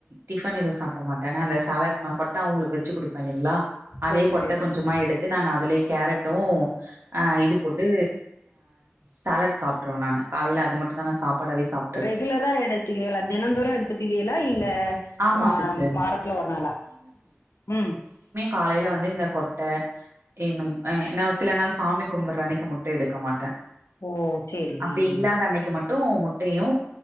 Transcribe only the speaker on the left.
சேரி
சேரி
ரெகுலரா எடுத்துகுவியலா தினம்தோரு எடுத்துக்குவீயலா இல்ல
வா
வாரத்ல ஒரு நாளா ம்
ஓ சேரி
ம்